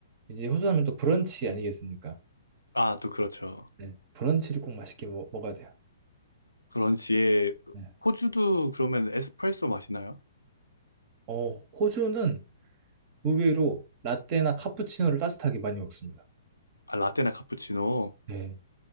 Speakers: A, on the right; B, on the left.
A: 이제 호주 하면 또 브런치 아니겠습니까?
B: 아, 또 그렇죠.
A: 네. 브런치를 꼭 맛있게 먹, 어야 돼요.
B: 그런지에
A: 네.
B: 호주도 그러면 에스프레소 마시나요?
A: 어, 호주는 의외로 라떼나 카푸치노를 따뜻하게 많이 먹습니다.
B: 아, 라떼나 카푸치노.
A: 네.